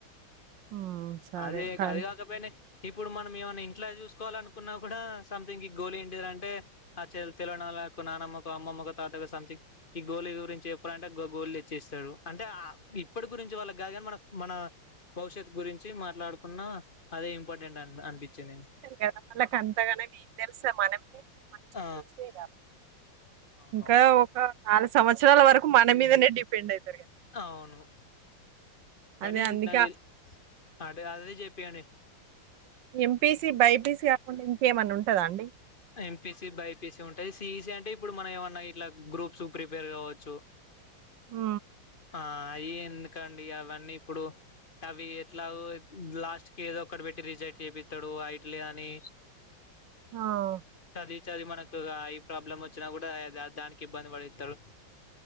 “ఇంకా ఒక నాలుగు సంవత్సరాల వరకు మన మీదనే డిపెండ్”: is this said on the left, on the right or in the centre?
Right